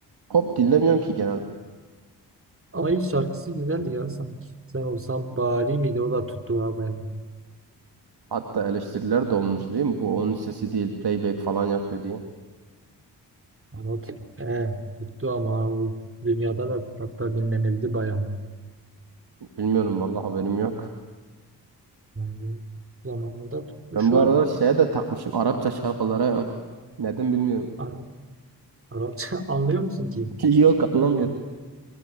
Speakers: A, on the right; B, on the right.
A: Pop dinlemiyorum ki genel.
B: Ama ilk şarkısı güzeldi ya sanki. Sen olsan bari miydi? O da tuttu ha bayağı.
A: Hatta eleştiriler de olmuş değil mi? Bu onun sesi değil. Playback falan yapıyor diye.
B: Ama o, tut- he, tuttu ama o dünyada da hatta dinlenildi bayağı.
A: Bilmiyorum vallahi haberim yok.
B: Yani zamanında tuttu.
A: Ben
B: Şu
A: bu aralar şeye de takmışım. Arapça şarkılara ya. Neden bilmiyorum.
B: an Arapça <laughs> anlıyor musun ki?
A: <laughs> Yok anlamıyorum.